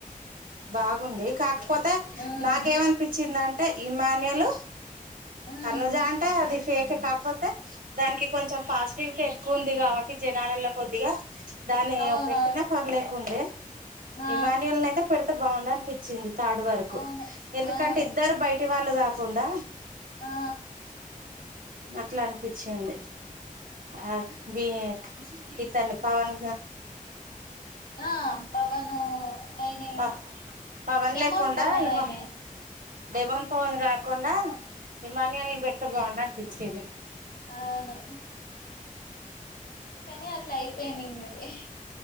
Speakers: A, on the right; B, on the left.
A: బాగుంది కాకపోతే
B: హ్మ్
A: నాకేమనిపించిందింటే ఇమాన్యలు
B: హ్మ్
A: తనుజా అంటా అది ఫేక్ ఇ కాకపోతే దానికి కొంచెం పాజిటివిటీ ఎక్కువ ఉంది కాబట్టి ఎలా కొద్దిగా దాని
B: అవునవును
A: పెట్టినా పర్లేకుండే
B: ఆ
A: ఇమాయుల్ అయిత పెడుత బాగుడా అనిపించింది తాడు వరకు
B: అవును
A: ఎందుకంటే
B: అవును
A: ఇద్దరు బయటి వాళ్ళు కాకుండా
B: ఆ
A: అట్లా అనిపించిడి ఆ బ ఇయితండడి పవన్
B: ఆ పవను అయినే
A: ప పవన్
B: డెమోన్
A: లేకుండా
B: పవన్
A: ఇమా
B: అయినే
A: దేవాన్ పవన్ కాకుండా ఇమాన్యాలని పెడితే బాగుండు అనిపించింది
B: అవును కానీ అట్లా అయిపోయిది అది